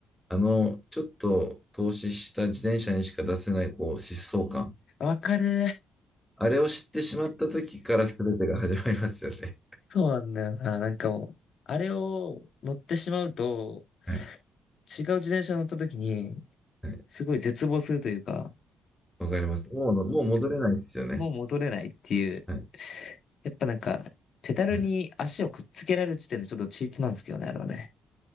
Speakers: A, in the centre; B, on the left.
A: あの、ちょっと投資した自転車にしか出せない、こう、疾走感。
B: わかる。
A: あれを知ってしまった時から全てが始まりますよね。
B: そうなんだよな。なんかもう、あれを乗ってしまうと、
A: <laughs> はい。
B: 違う自転車乗った時に、
A: はい。
B: すごい絶望するというか、
A: わかります。もう、もう戻れないですよね。
B: もう戻れないっていう。
A: はい。
B: やっぱなんか、ペダルに足をくっつけられる時点でちょっとチートなんですけどね、
A: はい。
B: あれはね。